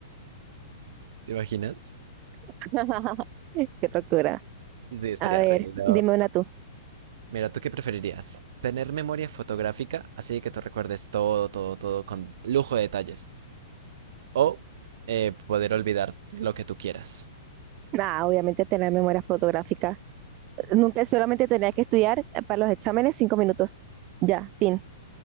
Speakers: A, on the right; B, on the right.
A: ¿te imaginas?
B: <laughs> Qué locura.
A: Sí, estaría
B: A ver,
A: re loco.
B: dime una tú.
A: Mira, ¿tú qué preferirías? ¿Tener memoria fotográfica, así que tú recuerdes todo, todo, todo con lujo de detalles? O eh, poder olvidar lo que tú quieras.
B: Nada, obviamente tener memoria fotográfica. Nunca solamente tenía que estudiar eh, para los exámenes cinco minutos. Ya, tin,